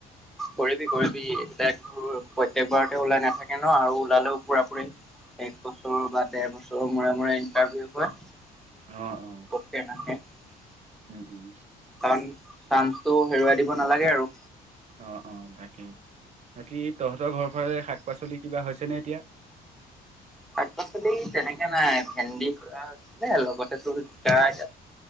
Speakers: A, in the centre; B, on the right.
A: কৰিবি, কৰিবি এতিয়া তোৰ প্ৰত্যেক বাৰতে ওলাই নাথাকে ন আৰু ওলালেও পুৰা পুৰি এক বছৰৰ বা ডেৰ বছৰৰ মূৰে মূৰে ইণ্টাৰভিউ হয়।
B: অ অ
A: <inaudible> <unintelligible>
B: উম উম
A: কাৰণ চান্সটো হেৰুৱাই দিব নালাগে আৰু।
B: অ', অ', তাকেই, বাকী তহঁতৰ ঘৰ ঘৰৰে শাক-পাচলি কিবা হৈছেনে? এতিয়া
A: শাক-পাচলি তেনেককাে নাই ভেন্দি খু হৈছিলে লগতে তোৰ জিকা জা